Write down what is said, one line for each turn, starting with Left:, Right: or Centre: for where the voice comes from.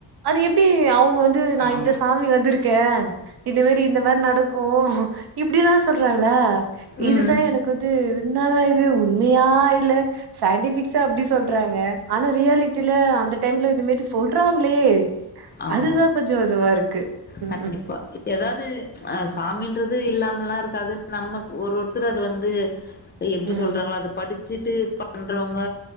Right: அது எப்டி அவுங்க வந்து நா
Left: ஆமா
Right: இந்த சாமி வந்துருக்கு கேன் இது மரி இந்த மரி நடக்கும் இப்டில்லாம் சொல்ல <unintelligible> ளா இதுதான்
Left: ம்
Right: எனக்கு வந்து என்னாடா இது உண்மையா இல்ல சயின்டிபிக்ஸா அப்டி சொல்றாங்க ஆனா ரியாலிட்டில அந்த டைம்ல இது மரி சொல்றாங்களே
Left: ஆமா
Right: அதுதா கொஞ்சோ இதுவா இருக்கு
Left: கண்டிப்பா
Right: ம் ம்
Left: ஏதாது சாமின்றது து இல்லாமலாம் இருக்காது நம்ம ஒரு ஒருத்தர் அது வந்து எப்டி
Right: ம்
Left: சொல்றாங்களோ அத படித்து சிட்டு பண்றவங்க